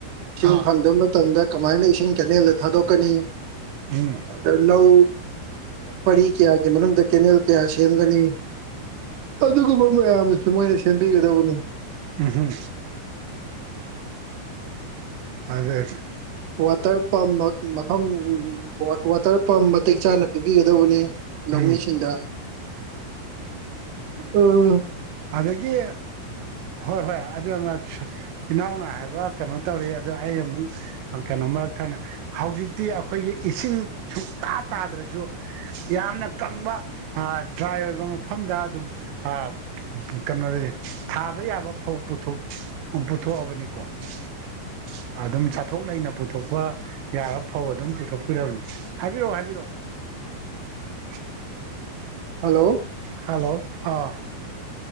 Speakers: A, on the right; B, on the right.
A: ꯏꯁꯤꯡ
B: ꯑꯥ
A: ꯐꯪꯗꯕ ꯃꯇꯝꯗ ꯀꯃꯥꯏꯅ ꯏꯁꯤꯡ ꯀꯦꯅꯦꯜꯗ ꯊꯥꯗꯣꯛꯀꯅꯤ
B: ꯎꯝ
A: ꯑꯗ ꯂꯧ ꯄꯔꯤ ꯀꯌꯥꯒꯤ ꯃꯅꯨꯡꯗ ꯀꯦꯅꯦꯜ ꯀꯌꯥ ꯁꯦꯝꯒꯅꯤ ꯑꯗꯨꯒꯨꯝꯕ ꯃꯌꯥꯝꯗꯨꯁꯨ ꯃꯣꯏꯅ ꯁꯦꯝꯕꯤꯒꯗꯧꯕꯅꯤ
B: ꯎꯝ ꯍꯝ ꯐꯖꯩ
A: ꯋꯥꯇꯔ ꯄꯝ ꯃꯐꯝ ꯋꯥꯇꯔ ꯄꯝ ꯃꯇꯤꯛ ꯆꯥꯅ ꯄꯤꯕꯤꯒꯗꯧꯕꯅꯤ ꯂꯧꯃꯤꯁꯤꯡꯗ
B: ꯎꯝ
A: ꯎꯝ
B: ꯑꯗꯒꯤ ꯍꯣꯏ ꯍꯣꯏ ꯑꯗꯨ ꯏꯅꯥꯎꯅ ꯍꯥꯏꯕ ꯀꯩꯅꯣ ꯇꯧꯔꯤ ꯑꯗꯣ ꯑꯩ ꯑꯃꯨꯛ ꯀꯩꯅꯣ ꯃꯔꯛ ꯊꯪꯅ ꯍꯧꯖꯤꯛꯇꯤ ꯑꯩꯈꯣꯏꯒꯤ ꯏꯁꯤꯡ ꯁꯨꯀꯥ ꯇꯥꯗ꯭ꯔꯁꯨ ꯌꯥꯝꯅ ꯀꯪꯕ ꯗ꯭ꯔꯥꯏ ꯑꯣꯏꯕ ꯃꯐꯝ ꯗ ꯑꯗꯨꯝ ꯑ ꯀꯩꯅꯣꯁꯦ ꯊꯥꯕ ꯌꯥꯕ ꯐꯧ ꯄꯨꯊꯣꯛ ꯄꯨꯊꯣꯛꯑꯕꯅꯤꯀꯣ <inaudible> ꯑꯗꯨꯝ ꯆꯥꯊꯣꯛ ꯂꯩꯅ ꯄꯨꯊꯣꯛꯄ ꯌꯥꯕ ꯐꯧ ꯑꯗꯨꯝ ꯄꯨꯊꯣꯛꯄꯤꯔꯕꯅꯤ ꯍꯥꯏꯕꯤꯔꯛꯑꯣ ꯍꯥꯏꯕꯤꯔꯛꯑꯣ <unintelligible>
A: ꯍꯜꯂꯣ
B: ꯍꯜꯂꯣ ꯑꯥ